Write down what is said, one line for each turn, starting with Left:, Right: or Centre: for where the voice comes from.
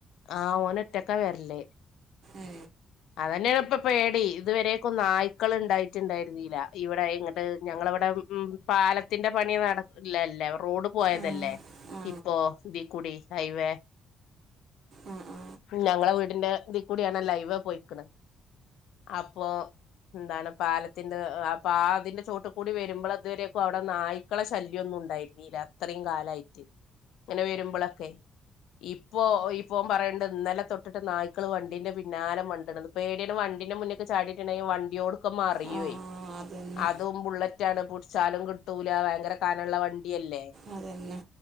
Left: ആ് ഓന എത്തക്ക വരല്ലേ
Right: ഏ
Left: അതന്നെയ ഇപ്പൊ പേടി ഇതുവരെെയൊക്ക നായ്ക്കൾ ഇണ്ടായിട്ടുണ്ടായിരുന്നില്ല ഇവിടെ ഇങ്ങട്ട് ഞങ്ങളവിടെ ഉ പാലത്തിന്റെ പണി നടല്ലേ റോഡ് പോയതല്ലേ
Right: ആ ആ
Left: ഇപ്പോൊ ഇീ കുൂടി ഹൈവേ
Right: ആ ആ ആ
Left: ഞങ്ങള വീടിന്റെ ഇതി കൂടിയാണ് ലൈവ് പോയിക്കണുന്നത് അപ്പൊ എന്താണ് പാലത്തിന്റെ പതിന്റെ ചോട്ട കൂടി വരുമ്പോൾ അതുവരെയൊക്കും അവിടെ നായ്ക്കളെ ശല്യമൊന്നും ണ്ടായിുന്നീ അത്രയും കാലായിട്ട് അങ്ങനെ വരുമ്പോഴൊക്കെ ഇപ്പോൊ ഇപ്പൊ പറയണ്ട ഇന്നലെ തൊട്ടിട്ട് നായ്ക്കള് വണ്ടീന്റെ പിന്നാലെ വണ്ടി പേടിയാണ് വണ്ടിന്റെ മുന്നേക്കെ ചാടിീട്ടുണ്ടെങ്ക വണ്ടിയോടൊക്കെ മറിയേ
Right: ആ അതന്നെ
Left: അതും ബുള്ളറ്റ ആണ് പടിച്ചാലും കിട്ടൂല ഭയങ്കര കാനുള്ള വണ്ടിയല്ലേ
Right: അതന്നെ